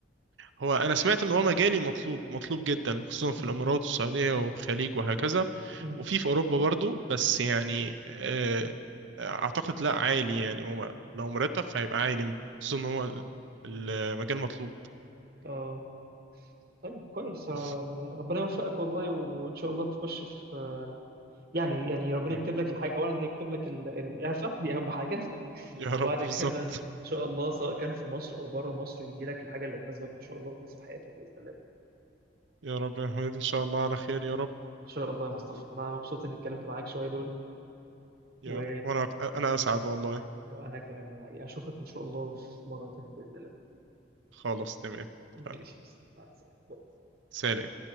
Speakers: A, on the right (about 75°); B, on the right (about 50°).
A: هو أنا سمعت إن هو مجالي مطلوب مطلوب جدا خصوصا في
B: مم.
A: الإمارات والسعودية والخليج وهكذا
B: مم.
A: وفي في اوروبا برضو بس يعني آه، آه، اعتقد لا عالي يعني هو لو مرتب فهيبقى عالي خصوصا ان هو المجال مطلوب
B: اه طيب كويس آه،
A: بس
B: يعني ربنا يوفقك والله وان شاء الله تخش في يعني يعني ربنا
A: مم.
B: يكتب لك الحاجة أولا يكتب لك ال- الإعفاء دي أهم حاجة <laughs>
A: يا
B: وبعد
A: رب بالظبط
B: كده إن شاء الله سواء كان في مصر أو بره مصر يجي لك الحاجة اللي تناسبك إن شاء الله وتناسب حياتك بإذن الله
A: يا رب يا محمد ان شاء الله على خير يا رب
B: إن شاء الله يا مصطفى أنا مبسوط إني اتكلمت معاك شوية دول
A: يا
B: و...
A: رب. وانا أكت- انا اسعد والله
B: وأنا كمان يعني أشوفك إن شاء الله في مرة تانية بإذن الله
A: خلاص تمام اتفقنا.
B: ماشي يا مصطفى. مع السلامة
A: سلام